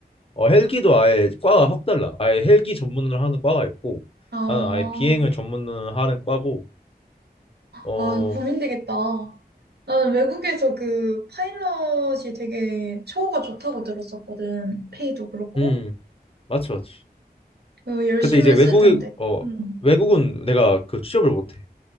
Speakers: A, on the left (about 35°); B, on the right (about 75°).
A: 어 헬기도 아예 과가 확 달라. 아예 헬기 전문을 하는 과가 있고
B: 아,
A: 나는 아예 비행을 전문을 하는 과고 어
B: 아, 고민되겠다. 나는 외국에서 그 파일럿이 되게 처우가 좋다고 들었었거든. 페이도 그렇고.
A: 음 맞지 맞지.
B: 어, 열심히
A: 근데 이제
B: 했을
A: 외국에
B: 텐데.
A: 어
B: 음.
A: 외국은 내가 그 취업을 못해.